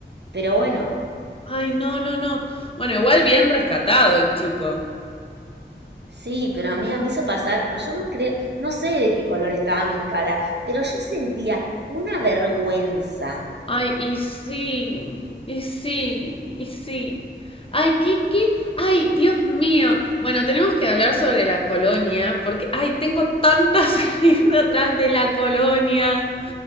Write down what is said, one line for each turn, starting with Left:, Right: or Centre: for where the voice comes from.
Right: Pero bueno,
Left: Ay, no, no, no. Bueno, igual bien rescatado el chico.
Right: sí, pero a mí me hizo pasar. Yo no creo, no sé de qué color estaba mi cara, pero yo sentía una vergüenza.
Left: Ay, y sí, y sí, y sí. Ay, Kiki, ay, Dios mío. Bueno, tenemos que hablar sobre la colonia, porque, ay, tengo tantas <laughs> anécdotas de la colonia.